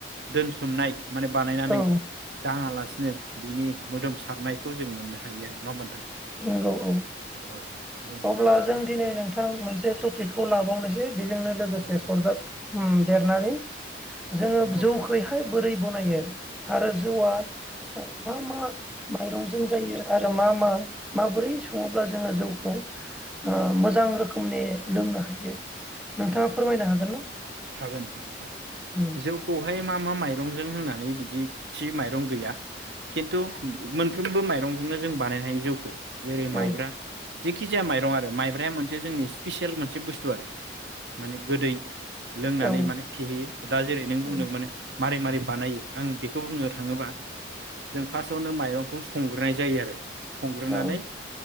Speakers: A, on the right; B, in the centre.
A: दोनसोमनाय माने बानायनानै
B: औ
A: दाङालासिनो बिनि मोदोम नायखौ जों मोननो हायो आरो नङा होनबा नोंथां?
B: नंगौ औ
A: औ आरो
B: अब्ला जों दिनै नोंथां मोनसे टपिकखौ लाबावनोसै बेजोंनो लोगोसे
A: औ नोंथां
B: सरजाब उम देरनानै जोङो
A: नंगौ नोंथां।
B: जौखौहाय बोरै बनायो आरो जौआ मा मा माइरंजों जायो आरो मा मा माबोरै सङोब्ला जोङो जौखौ ओ मोजां रोखोमनि लोंनो हायो नोंथाङा
A: नंगौ
B: फोरमायनो
A: नोंथां,
B: हागोन ना?
A: हागोन नोंथां हागोन,
B: उम
A: जौखौहाय मा मा माइरंजों होनानै बिदि थि माइरं गैया खिन्थु मोनफ्रोमबो माइरंजोंनो जों बानायनो हायो जौखौ जेरै माइब्रा
B: औ
A: जिखिजाया माइरं आरो माइब्राया मोनसे जोंनि स्पेसियेल मोनसे बुस्थु आरो माने गोदै लोंनानै
B: औ
A: माने फेहोयो दा जेरै नों बुंदों
B: उम
A: माने मारै मारै बानायो आं बेखौ बुंनो थाङोबा जों फार्स्टआवनो माइरंखौ संग्रोनाय जायो आरो संग्रोनानै
B: औ